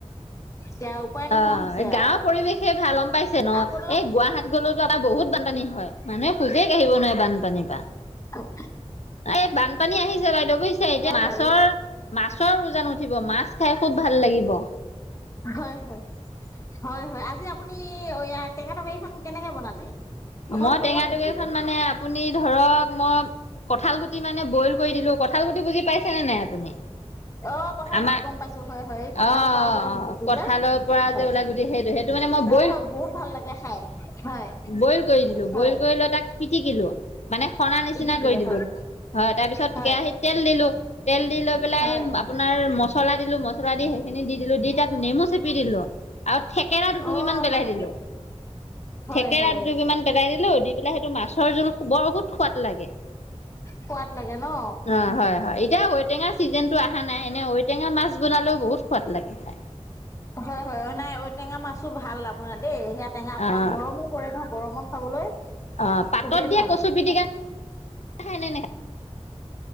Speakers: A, on the left; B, on the left.
A: এতিয়া উপায় নোহোৱা
B: অ',
A: হৈছে
B: গাঁৱৰ
A: আৰু
B: পৰিৱেশে ভাল গম পাইছে ন।
A: আপোনাৰ
B: এই গুৱাহাট গ'লতো এটা বহুত বানপানী হয়। মানে খোজে কাঢ়িব নোৱাই বানপানীত
A: অ'
B: এই বানপানী আহিছে বাইদেউ বুজিছে এতিয়া মাছৰ
A: বাৰু
B: মাছৰ উজান উ মাছ খাই খুব ভাল লাগিব
A: হয় হয় হয় হয় আজি আপুনিয়া টেঙা তৰকাৰীখন কেনেকে বনালে অকন
B: মই টেঙাটকেইখন
A: কব নেকি
B: মানে আপুনি ধৰক মই কঁঠাল গুটি মানে বইল কৰি দিলো কঁঠাল গুটি বুজি পাইছেনেে নাই আপুনি
A: অ কঁঠাল
B: আমাৰ
A: গুটি গম পাইছো হয় হয় এই কঁঠালৰ
B: অ অ
A: পৰা ওলোৱা গুটিটো
B: অ কঠালৰ
A: যে
B: পৰা
A: হয়
B: যে ওলাই গোট সেইটোহে ম ব
A: হয় হয় বহুত ভাল লাগে খাই হয়
B: ব ব দিলোঁ। বইল
A: হয়
B: কৰি লৈ তাক পিটিকিলো। মানে সনা নিচিনা
A: পিটিকিলে
B: কৰি দিলোঁ।
A: হয়
B: হয় তাৰপিছত
A: হয়
B: কেৰাহিতত তেল দিলো তেল দি লৈ পেলাই
A: হয়
B: আপোনাৰ মলা মচলা দিলো মছলা দি সেইখিনি দি দিলো দি তাত নেমু চেপি দিলো আৰু থেকেৰা দু-টোপিমান
A: অ
B: পেলাই
A: হয়
B: দিলোঁ।
A: হয় হয়
B: থেকেৰা
A: হয়
B: টো কিমান পেলাই দিলোঁ। দি পেলাই সেইটো মাছৰ জোল, বহুত সোৱাদ লাগে।
A: সোৱাদ লাগে ন?
B: অ হয় হয় এতিয়া ঔটেঙাৰ ছিজনটো অহা নাই এনে ঔটেঙা মাছ বনালেও বহুত সোৱাদ লাগে খাই
A: হয় হয় নাই ঔটেঙা মাছো ভাল আপোনাৰ দেই সেয়া টেঙা আপোনাক
B: অ
A: গৰমো পৰে নহয় গৰমত খাবলৈ
B: অ' পাতত
A: খুবেই
B: দিয়া
A: ভাল
B: কচু পিটিকা খ ন নাই